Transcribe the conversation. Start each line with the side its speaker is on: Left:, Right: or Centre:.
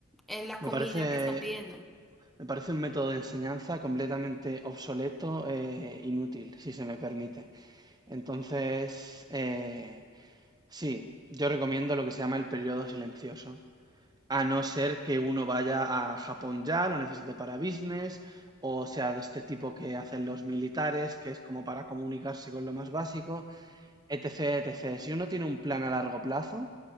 Centre: eh, la
Right: me
Centre: comida
Right: parece,
Centre: que están pidiendo.
Right: me parece un método de enseñanza completamente obsoleto e inútil, si se me permite. Entonces, eh, sí, yo recomiendo lo que se llama el periodo silencioso, A no ser que uno vaya a Japón ya, lo necesite para business, o sea, de este tipo que hacen los militares, que es como para comunicarse con lo más básico, etc, etc. Si uno tiene un plan a largo plazo,